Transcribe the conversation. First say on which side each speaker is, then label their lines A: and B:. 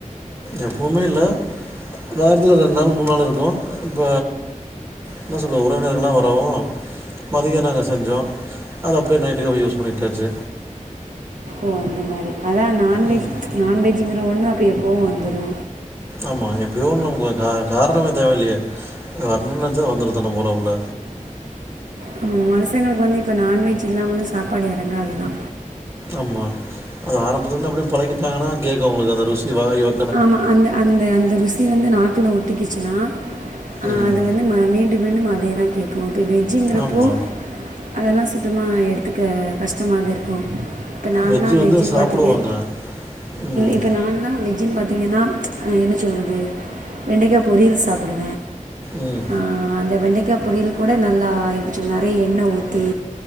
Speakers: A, on the right (about 20°); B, on the right (about 75°).
A: எப்பவுமே இல்ல வாரத்தில ரெண்டு நாள் மூண் நாள் இருக்கு இப்ப என்ன சொல்ல உறவினர்கள்ல்லா வரவு மதியோ நாங்க செஞ்சோ அத அப்டியே நைட்டுக்கு அப்டி யூஸ் பண்ணிகிட்டாச்சு
B: ஓ அந்த மாரி அதா நான்வெஜ்
A: ம்
B: நான்வெஜ்ஜுங்கிற ஒன்னு அப்போ எப்போவு வந்துரு
A: ஆமா எப்பியோ ஒன்னு நமக்கு ஒ க காரணமே தேவ இல்லியே வரணுன்னா நெனச்சா வந்துரு தன்ன போல உள்ள
B: நம்ம மனுஷங்களுக்கு வந்து இப்போ நான்வெஜ் இல்லாமலு சாப்பாடு எறங்காது தா
A: ஆமா அது ஆரம்பத்துலேருந்து அப்டியே பழகிட்டாங்கன்னா கேக்கு அவுங்களுக்கு அந்த ருசி வாயி வ
B: ஆமா அந்த அந்த அந்த ருசி வந்து நாக்குல ஒட்டிக்கிச்சுன்னா அ
A: ம்.
B: அது வந்து ம மீண்டு மீண்டு அதே தா கேக்கு இப்போ வெஜ்ஜுங்கிறப்போ
A: ஆமா.
B: அதெல்லா சுத்தமா எடுத்துக்க கஷ்டமா தா இருக்கு இப்போ நால்லா
A: வெஜ்ஜு வந்து
B: வெஜ்ஜுன்னு
A: சாப்டுவாங்க.
B: பாத்துக்கே
A: ம்.
B: இப்போ நாலா வெஜ் ஜுன்னு பாத்தீங்கன்னா ஆ என்ன சொல்றது வெண்டக்கா பொரியல் சாப்புடு
A: ம்
B: ஆ அந்த வெண்டக்கா பொரியல் கூட நல்லா இருச்சி நெறைய எண்ணெ ஊத்தி